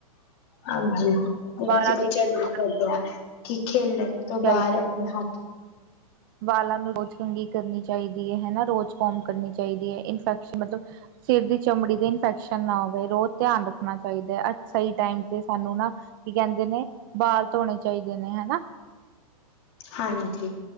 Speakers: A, on the left; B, on the right.
A: ਹਾਂਜੀ ਏ
B: ਬਾਰਾਂ
A: ਅਸੀਂ ਬੱਚਿਆਂ
B: ਦੀ
A: ਨੂੰ
B: ਖਾਣੀ
A: ਵੀ ਕੈਂਦੇ ਆ ਕਿ ਖੇਲਣ। ਤੋਂ
B: <inaudible>
A: ਬਾਅਦ ਆਪਣੇ ਹੱਥ
B: ਵਾਲਾਂ ਨੂੰ ਰੋਜ਼ ਕੰਘੀ ਕਰਨੀ ਚਾਈਦੀ ਏ ਹਨਾ, ਰੋਜ਼ ਕੌਮ ਕਰਨੇ ਚਾਈਦੀ ਏ ਇਨ ਫੈਕਸ ਮਤਲਬ ਸਿਰ ਦੀ ਚਮੜੀ 'ਤੇ ਇਨਫੈਕਸ਼ਨ ਨਾ ਹੋਵੇ ਰੋਜ਼ ਧਿਆਨ ਰੱਖਣਾ ਚਾਈਦੈ ਅ ਸਈ ਟਾਈਮ 'ਤੇ ਸਾਨੂੰ ਨਾ ਕੀ ਕੈਂਦੇ ਨੇ ਬਾਲ ਧੋਣੇ ਚਾਈਦੇ ਨੇ ਹਨਾ।
A: ਹਾਂਜੀ